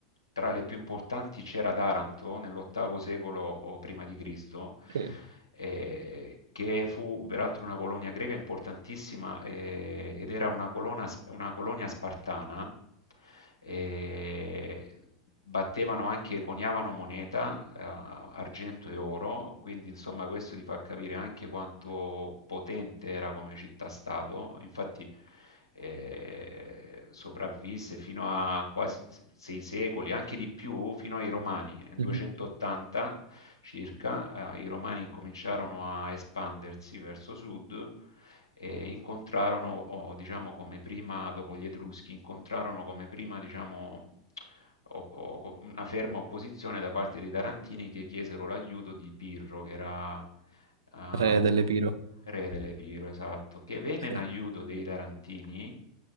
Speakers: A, on the left; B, on the right.
A: tra le più importanti c'era Taranto nell'ottavo secolo o prima di Cristo,
B: Sì.
A: eh, che fu peraltro una colonia greca importantissima eh, ed era una colonna- una colonia spartana e battevano anche, coniavano moneta, eh, argento e oro, quindi insomma questo ti fa capire anche quanto potente era come città-stato. Infatti eh, sopravvisse fino a quasi sei secoli, anche di più, fino ai Romani, nel
B: Mhm.
A: 280 circa, eh, i Romani cominciarono a espandersi verso sud e incontrarono, o, diciamo, come prima, dopo gli Etruschi, incontrarono come prima, diciamo, o- o- una ferma opposizione da parte dei Tarantini che chiesero l'aiuto di Pirro, che era eh, un-
B: Re dell'Epiro.
A: re delle Pirro, esatto, che venne
B: Sì,
A: in aiuto dei Tarantini.